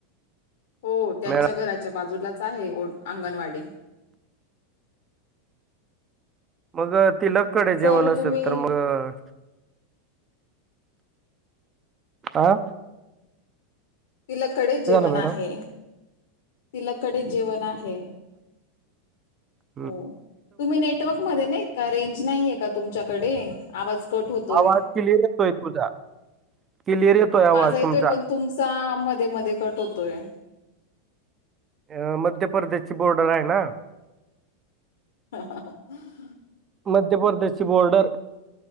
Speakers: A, on the left; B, on the right.
A: हो त्यांच्या
B: मॅ
A: घराच्या बाजूलाच आहे अंगणवाडी
B: मग ति लकडे
A: सर
B: जेवण असेल
A: तुम्ही
B: तर मग आा
A: तिलाकडे जेवण
B: मॅडम
A: आहे तिलाकडेच जेवण आहे
B: ह
A: हो तुम्ही नेटवर्क म नाहीत का रेंज नाहीय का तुमच्याकडे आवाज कट होतोय
B: क्लिर येतोय तुझा क्लिअर येतोय आवाज
A: माझा येतोय
B: तुमचा
A: पण तुमचा मध्ये मध्ये कट होतोय
B: अ मध्य प्रदेशची बोर्डर आहे ना
A: ह
B: मध्य प्रदेशची बॉर्डर